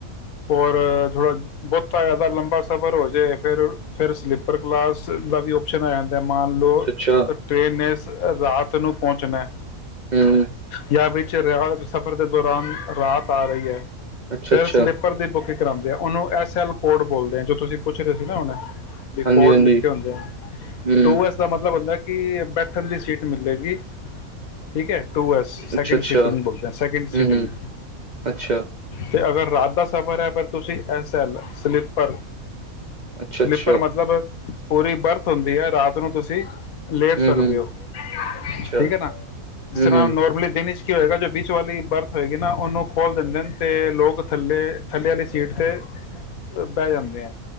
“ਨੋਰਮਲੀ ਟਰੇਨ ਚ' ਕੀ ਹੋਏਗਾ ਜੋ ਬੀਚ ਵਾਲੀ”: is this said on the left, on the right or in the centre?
Left